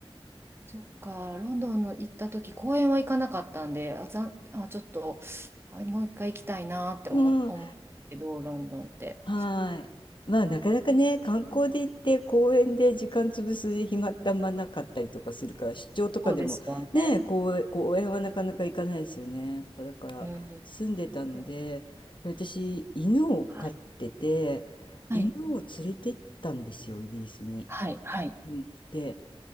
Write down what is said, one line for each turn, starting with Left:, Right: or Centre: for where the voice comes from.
Right: そっか、ロンドンの行った時、公園は行かなかったんで、あ、ざん、あ、ちょっと、あ、もう一回行きたいなって思、
Left: うん
Right: 思うけど、ロンドンって。
Left: はい。まあ、なかなかね、観光で行って公園で時間潰す暇ってあんまなかったりとかするから、出張とかでもね、
Right: そうですよね。
Left: 公園、公園はなかなか行かないですよね。やっぱだから住んでたので、
Right: うん。でも
Left: 私犬を飼ってて、
Right: はい。はい。
Left: 犬を連れてったんですよ、イギリスに。
Right: はい。
Left: うん、で、